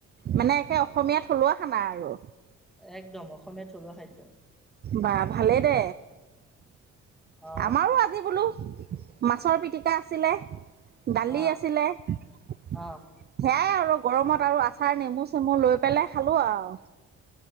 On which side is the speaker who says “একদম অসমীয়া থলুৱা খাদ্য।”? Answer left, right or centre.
Centre